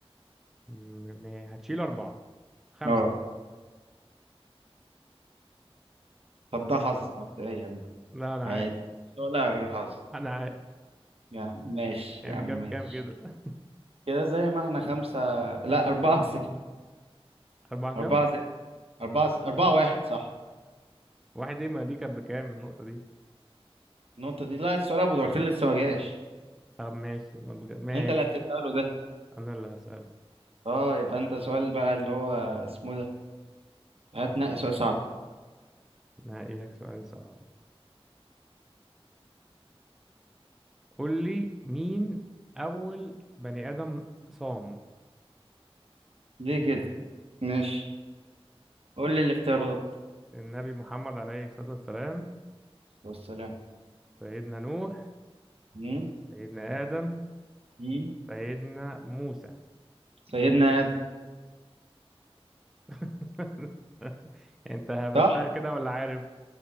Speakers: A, in the centre; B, on the right (about 70°).
A: م- م- هتشيل أربعة خمسة
B: اه طب ده حظ مبدئيا
A: لا أنا
B: عادي
A: عارف
B: ولا غير حظ
A: أنا عارف
B: يا عم ماشي
A: يعني
B: يا عم
A: كام
B: ماشي
A: كام كده
B: كده زي ما احنا خمسة لا أربعة صفر
A: أربعة كام
B: أربعة صفر أربعة صفر أربعة واحد صح
A: واحد إيه ما دي كانت بكام النقطة دي
B: النقطة دي لا السؤال أبو دركين لسه ما جاش
A: طب ماشي ما بج- ماشي
B: أنت اللي هتسأله ده
A: أنا اللي هسألك
B: أه يبقى أنت سؤال بقى اللي هو اسمه ده هتنقي سؤال صعب
A: أنا هقيلك سؤال صعب قول لي مين أول بني آدم صام
B: ليه كده ماشي قول لي الاختيارات
A: النبي محمد عليه الصلاة والسلام
B: والسلام
A: سيدنا نوح
B: مم؟
A: سيدنا آدم
B: مم؟
A: سيدنا موسى
B: سيدنا آدم
A: <laughs> انت هبتها
B: صح
A: كده ولا عارف